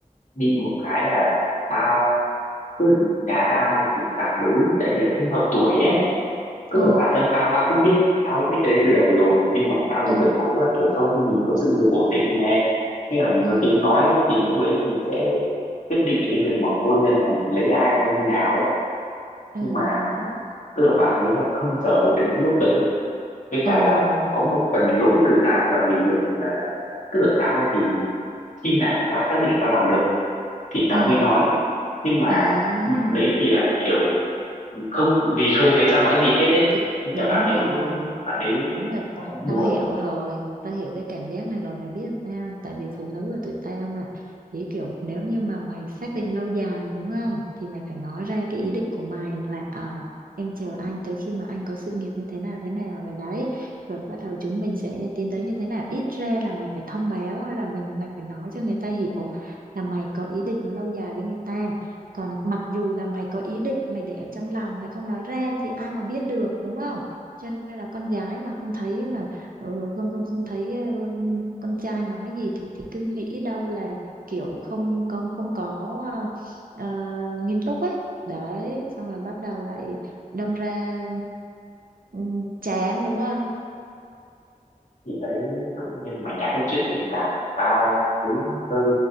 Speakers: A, on the left; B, on the right.
A: bị một cái là tao cứ nhà tao thì phản đối tại vì là không hợp tuổi ấy tức
B: ờ
A: là bản thân tao tao cũng biết tao cũng biết cái đấy từ đầu rồi nhưng mà tao
B: ừ
A: thì vẫn cố gắng kiểu sau khi mình có sự nghiệp ổn định nè hay là mình
B: ừ
A: có tiếng nói ấy, thì lúc đấy mình sẽ quyết định cái việc mở hôn nhân là mình lấy ai hay như nào ấy
B: ừ
A: nhưng mà
B: đấy
A: tức là bạn ấy lại không chờ được đến cái lúc đấy với cả
B: ừ
A: là có một phần lỗi từ tao là vì việc là tức là tao thì khi nào tao xác định tao làm được thì tao
B: ừ
A: mới nói nhưng mà
B: à
A: bạn đấy thì lại kiểu không vì không thấy tao nói gì hết ấy
B: thì
A: Nên
B: đúng
A: là bạn ấy
B: rồi
A: bạn ấy
B: đúng rồi
A: khá là
B: tao
A: buồn
B: hiểu
A: ấy
B: rồi tao hiểu cái cảm giác này rồi mày biết làm sao tại vì phụ nữ là tụi tao mà chỉ kiểu nếu như mà mày xác định lâu dài đúng không thì mày phải nói ra cái ý định của mày là à, em chờ anh tới khi mà anh có sự nghiệp như thế nào thế nào rồi đấy rồi bắt đầu chúng mình sẽ tiến tới như thế nào ít ra là mày phải thông báo hay là mình mày phải nói cho người ta hiểu là mày có ý định mà lâu dài với người ta còn mặc dù là mày có ý định mày để ở trong lòng mày không nói ra thì ai mà biết được đúng không cho nên là con gái mà không thấy mà ờ, không không không thấy ờ, con trai nói gì thì thì cứ nghĩ đâu là kiểu không không không có ờ, ờ, nghiêm túc ấy đấy xong rồi bắt đầu lại đâm ra ừm, chán đúng không
A: thì đấy tự nhiên mày nhắc đến chuyện tình cảm tao thấy hơi